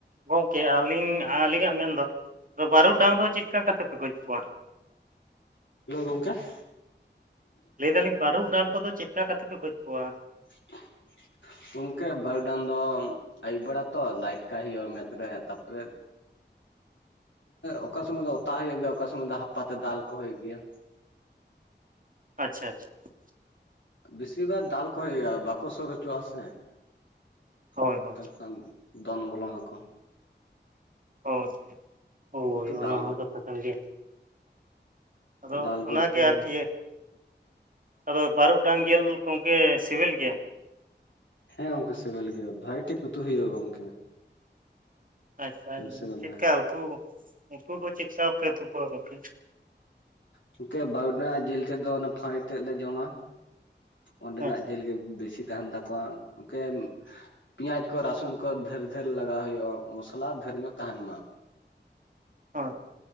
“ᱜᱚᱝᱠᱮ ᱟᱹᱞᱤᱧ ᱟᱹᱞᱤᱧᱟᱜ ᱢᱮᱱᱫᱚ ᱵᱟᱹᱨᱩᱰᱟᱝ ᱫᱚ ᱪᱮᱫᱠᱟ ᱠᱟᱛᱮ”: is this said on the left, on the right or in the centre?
Right